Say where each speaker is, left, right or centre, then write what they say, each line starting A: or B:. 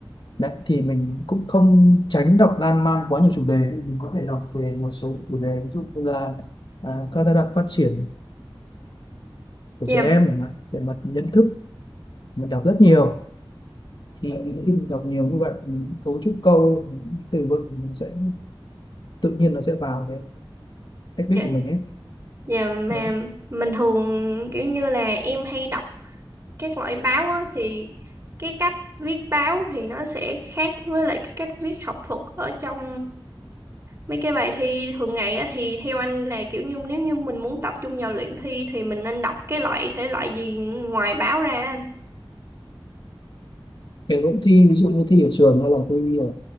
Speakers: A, on the left (about 55°); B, on the right (about 30°).
A: Đấy, thì mình cũng không tránh đọc lan man quá nhiều chủ đề mình có thể đọc về một số chủ đề ví dụ như là à, các giai đoạn phát triển của
B: Dạ
A: trẻ em chẳng hạn về mặt nhận thức mình đọc rất nhiều thì khi mình đọc nhiều như vậy mình cấu trúc câu những từ vựng nó sẽ tự nhiên nó sẽ vào cái cách
B: dạ
A: viết của mình ấy
B: dạ mà
A: đấy
B: mình thường kiểu như là em hay đọc các loại báo á thì cái cách viết báo thì nó sẽ khác với lại cái cách viết học thuật ở trong mấy cái bài thi thường ngày á thì theo anh là kiểu như nếu như mình muốn tập trung vào luyện thi thì mình nên đọc cái loại thể loại gì ngoài báo ra anh?
A: kể cũng thi ví dụ như thi ở trường hay là thi ở